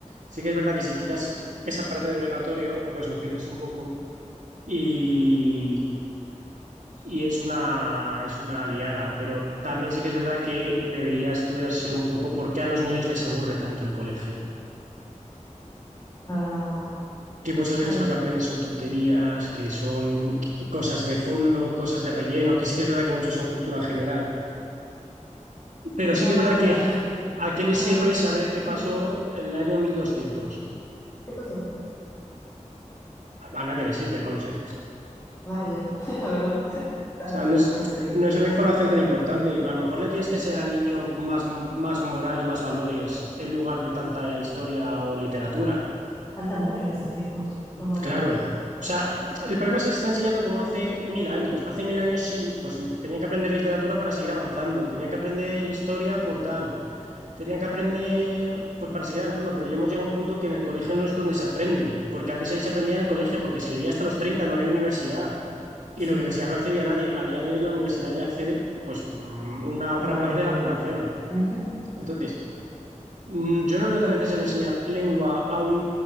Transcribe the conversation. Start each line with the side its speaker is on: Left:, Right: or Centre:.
Right: sí que es verdad que si quitas esa parte de obligatorio, pues lo pierdes un poco y, y es una, es una liada. Pero también sí que es verdad que debería estudiarse un poco por qué a los niños les aburre tanto el colegio.
Left: Ah,
Right: Que muchas
Left: claro.
Right: veces lo que aprendes son tonterías, que son cosas de fondo, cosas de relleno, que sí que es verdad que muchos son cultura general. Pero
Left: Creo que
Right: sí
Left: no
Right: que
Left: abarca
Right: es verdad que
Left: mucho.
Right: ¿a qué
Left: O
Right: le
Left: sea,
Right: sirve
Left: abarca.
Right: saber qué pasó
Left: Ujú.
Right: en el año mil doscientos
Left: ¿Qué pasó?
Right: A nadie le sirve, no lo sé.
Left: Ah, ya. <laughs> La verdad, ¿no? <laughs> Está
Right: O sea,
Left: todo
Right: no es,
Left: distraída.
Right: no es una información tan importante. A lo mejor le tienes que enseñar al niño más, más moral y más valores en lugar de tanta historia o literatura.
Left: Falta mucho en estos tiempos, los valores.
Right: Claro. O sea, el problema es que se está enseñando como hace mil años. Hace mil años sí, pues tenían que aprender literatura para seguir avanzando, tenían que aprender historia por tal, tenían que aprender pues para seguir avanzando, pero ya hemos llegado a un punto que en el colegio no es donde se aprende, porque antes ahí se aprendía en el colegio, porque se vivía hasta los treinta no había universidad. Y
Left: Sí,
Right: la universidad no accedía a nadie. A día de hoy la universidad ya accede, pues, mm, una
Left: la
Right: gran
Left: mayoría.
Right: parte de la población.
Left: Ujú.
Right: Entonces, mm, yo no veo tan necesario enseñar lengua a un,